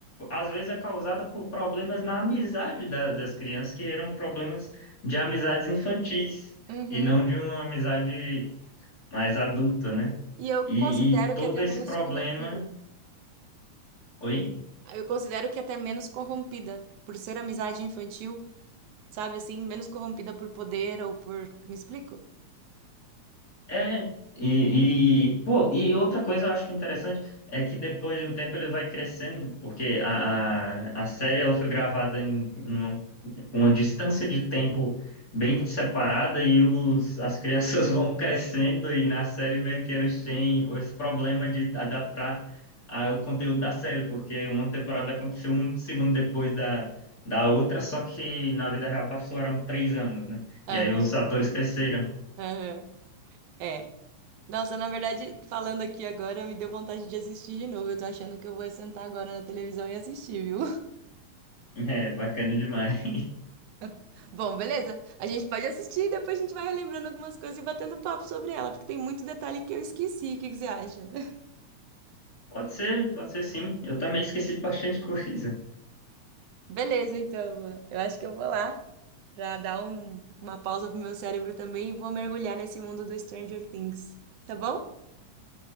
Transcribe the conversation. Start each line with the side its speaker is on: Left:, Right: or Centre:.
Left: às vezes é causada por problemas na amizade da- das crianças que eram problemas de amizades infantis
Right: Uhum.
Left: e não de uma amizade mais adulta, né?
Right: E eu
Left: E,
Right: considero
Left: e todo
Right: que é até
Left: esse
Right: menos
Left: problema,
Right: corrompida.
Left: oi?
Right: Eu considero que é até menos corrompida por ser amizade infantil. sabe assim, menos corrompida por poder ou por. Me explico?
Left: É, e, e, pô, e outra coisa eu acho interessante é que depois de um tempo ele vai crescendo, porque a, a a série ela foi gravada em uma, uma distância de tempo bem separada e os, as crianças <laughs> vão crescendo e na série meio que eles têm esse problema de adaptar a- o conteúdo da série, porque uma temporada aconteceu um segundo depois da, da outra, só que na vida real passaram três anos, né? E
Right: Aham,
Left: aí os atores cresceram. <laughs>
Right: aham, é. Nossa, na verdade, falando aqui agora, me deu vontade de assistir de novo. Eu tô achando que eu vou sentar agora na televisão e assistir, viu?
Left: É, bacana demais.
Right: <laughs> Bom, beleza? A gente pode assistir e depois a gente vai relembrando algumas coisas e batendo papo sobre ela, porque tem muito detalhe que eu esqueci. O que que você acha? <laughs>
Left: Pode ser, pode ser sim. Eu também esqueci bastante <laughs> coisa.
Right: Beleza, então, Lua. eu acho que eu vou lá pra dar um- uma pausa pro meu cérebro também e vou mergulhar nesse mundo do Stranger Things, tá bom?